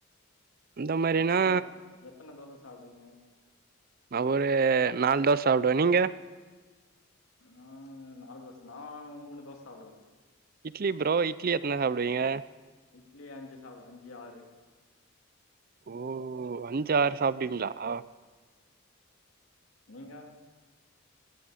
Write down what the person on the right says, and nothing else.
அந்த மாரினா
நா ஒரு நாலு தோச சாப்டுவேன் நீங்க
இட்லி ப்ரோ இட்லி எத்தன சாப்டுவீங்க
ஓ அஞ்சு ஆறு சாப்டுவிங்களா ஆ